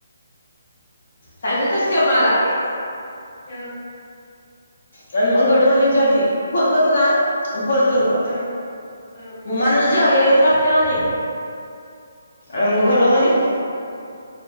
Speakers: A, on the left; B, on the left.
A: काल बी
B: या
A: तस
B: कटी
A: केल
B: होऊने
A: मला
B: अ <inaudible>
A: पण मग घडवणी विचारते, फोन करू का? फोन करू का?
B: अ अ
A: मग माणूस ज्या येत राहते तेव्हा नाही. अ
B: काल
A: घडो मणे